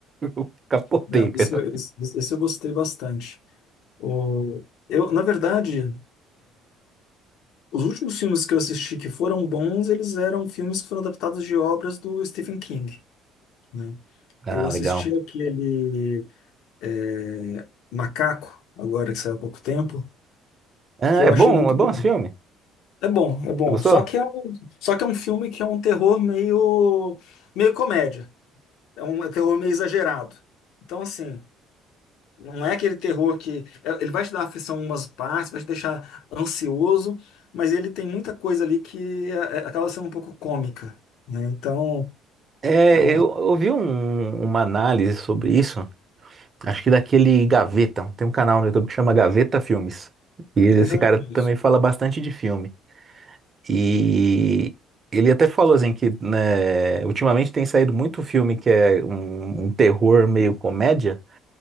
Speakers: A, on the right; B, on the left.
A: <laughs> Capotei,
B: Não,
A: cara.
B: esse, eu- esse, esse eu gostei bastante. O, eu, na verdade, os últimos filmes que eu assisti que foram bons, eles eram filmes que foram adaptados de obras do Stephen King, né?
A: Ah,
B: Eu assisti
A: legal.
B: aquele é, Macaco, agora que saiu há pouco tempo,
A: Ah,
B: que
A: é
B: eu
A: bom,
B: achei muito
A: é bom
B: bom.
A: esse filme?
B: É bom, é bom.
A: Você gostou?
B: Só que é um, só que é um filme que é um terror meio, meio comédia. É um é terror meio exagerado. Então, assim, não é aquele terror que. é- Ele vai te dar aflição em umas partes, vai te deixar ansioso, mas ele tem muita coisa ali que é- é- acaba sendo um pouco cômica, né? Então,
A: É,
B: é um.
A: eu ouvi uma análise sobre isso, acho que daquele Gaveta. Tem um canal no YouTube que chama Gaveta Filmes. E esse
B: Esse eu
A: cara
B: não conheço.
A: também fala bastante de filme. E ele até falou assim que, né, ultimamente tem saído muito filme que é um, um terror meio comédia